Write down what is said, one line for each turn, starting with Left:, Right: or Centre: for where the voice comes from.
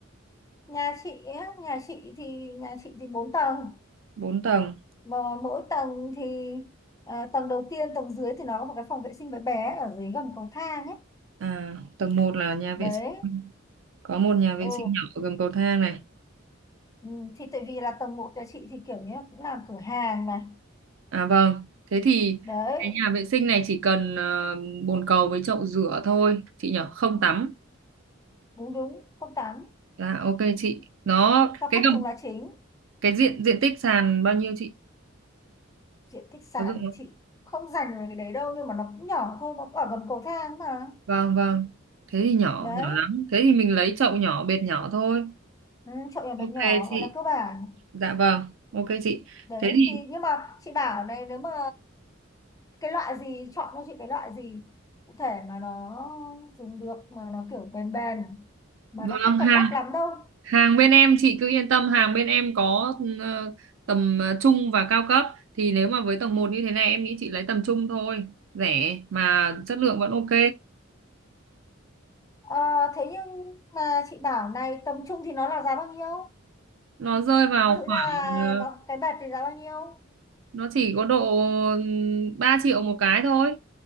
Left: nhà chị ấy, nhà chị thì nhà chị thì 4 tầng
Right: Bốn tầng.
Left: mà mỗi tầng thì ờ, tầng đầu tiên tầng dưới thì nó có một cái phòng vệ sinh bé bé ở dưới gầm cầu thang ấy.
Right: À, tầng một là nhà vệ
Left: Đấy.
Right: sinh. Có một nhà vệ
Left: Ừ.
Right: sinh nhỏ ở gầm cầu thang này.
Left: Ừ, thì tại vì là tầng 1 nhà chị thì kiểu như là cũng làm cửa hàng mà.
Right: À vâng, thế thì
Left: Đấy,
Right: cái nhà vệ sinh này chỉ cần ờ, bồn cầu với chậu rửa thôi, chị nhỉ, không tắm.
Left: đúng đúng, không tắm
Right: Dạ ok chị. Nó
Left: cho khách
Right: cái gầm
Left: dùng là chính
Right: cái diện diện tích sàn bao nhiêu chị?
Left: diện tích sàn
Right: Có rộng
Left: của chị không dành về cái đấy đâu nhưng mà nó cũng nhỏ thôi nó cũng ở gầm cầu thang mà
Right: Vâng vâng. Thế thì nhỏ,
Left: đấy
Right: nhỏ lắm. Thế thì mình lấy chậu nhỏ, bệt nhỏ thôi.
Left: ừ, chậu nhỏ bé
Right: Ok
Left: nhỏ
Right: chị.
Left: gọi là cơ bản
Right: Dạ vâng. Ok chị.
Left: đấy
Right: Thế thì
Left: thì nhưng mà chị bảo này nếu mà cái loại gì chọn cho chị cái loại gì cụ thể mà nó dùng được mà nó kiểu bền bền mà
Right: vâng
Left: nó không
Right: hàng
Left: cần đắt lắm đâu
Right: hàng bên em chị cứ yên tâm, hàng bên em có ờ, tầm ờ, trung và cao cấp thì nếu mà với tầng một như thế này em nghĩ chị lấy tầm trung thôi, rẻ mà chất lượng vẫn ok.
Left: Ờ, thế nhưng mà chị bảo này tầm trung thì nó là giá bao nhiêu
Right: Nó rơi vào
Left: ví dụ như
Right: khoảng
Left: là
Right: ờ,
Left: nó cái bệt thì giá bao nhiêu
Right: nó chỉ có độ 3 triệu một cái thôi